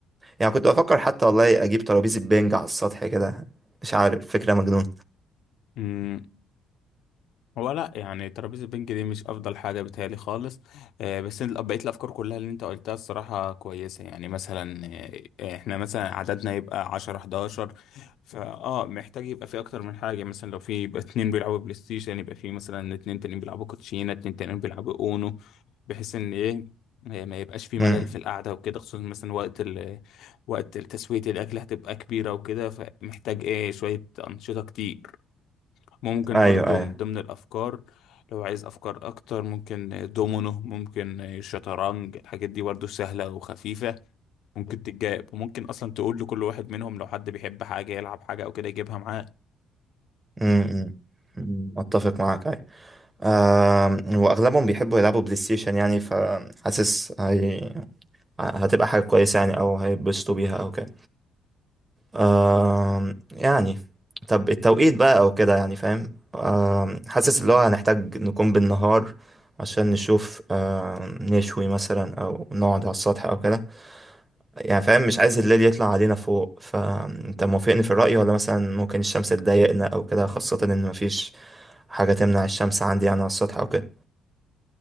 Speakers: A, on the right (about 15°); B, on the left (about 75°).
A: يعني كنت بفكر حتى والله اجيب ترابيزة بينج على السطح كده مش عارف فكرة مجنون
B: امم هو لا يعني ترابيزة البنج دي مش أفضل حاجة بتهيألي خالص آه، بس ال- بقية الأفكار كلها اللي أنت قلتها الصراحة كويسة يعني مثلا آه، إحنا مثلا عددنا يبقى عشرة حداشر فأه محتاج يبقى في أكتر من حاجة مثلا لو في يبقى اتنين بيلعبوا بلاي ستيشن يبقى في مثلا اتنين تانيين بيلعبوا كوتشينة اتنين تانيين بيلعبوا أونو بحيث إن إيه آه، ما يبقاش في ملل
A: امم
B: في القعدة وكده خصوصا مثلا وقت ال وقت تسوية الأكل هتبقى كبيرة وكده فمحتاج إيه شوية أنشطة كتير ممكن
A: ايوه
B: برضو
A: ايوه
B: من ضمن الأفكار لو عايز أفكار أكتر ممكن دومينو ممكن شطرنج الحاجات دي برضو سهلة وخفيفة ممكن تتجاب وممكن أصلا تقول لكل واحد منهم لو حد بيحب حاجة يلعب حاجة أو كده يجيبها معاه
A: امم أمم، اتفق معاك ايوه آه واغلبهم بيحبوا يلعبوا بلاي ستيشن يعني فحاسس هي هتبقى حاجة كويسة يعني او هيتبسطوا بيها او كده آم، يعني طب التوقيت بقى او كده يعني فاهم آم، حاسس اللي هو هنحتاج نكون بالنهار عشان نشوف آم، نشوي مثلا او نقعد على السطح او كده يعني فاهم مش عايز الليل يطلع علينا فوق فانت موافقني في الرأي ولا مثلا ممكن الشمس تضايقنا او كده خاصة ان مفيش حاجة تمنع الشمس عندي يعني على السطح او كده